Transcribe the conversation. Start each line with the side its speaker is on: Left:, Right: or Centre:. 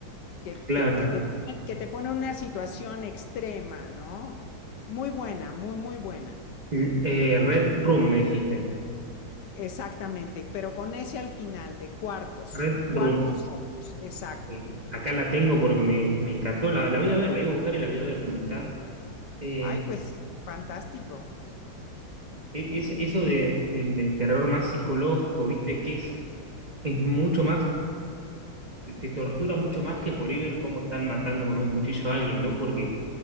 Left: que,
Right: claro.
Left: que, que, te, que te pone en una situación extrema, ¿no? Muy buena, muy, muy buena.
Right: L- eh, Red Room, me dijiste.
Left: Exactamente, pero con ese al final de cuartos,
Right: Red Room.
Left: cuartos rojos, exacto.
Right: ok. Acá la tengo porque me, me encantó. La, la voy a ver, la iba a buscar y la voy a ver dónde está. Eh,
Left: Ay, pues fantástico.
Right: e- es- eso de- del del terror más psicológico, ¿viste? Que es, es mucho más. te, te tortura mucho más que por ir ver cómo están matando con un cuchillo a alguien, ¿no? Porque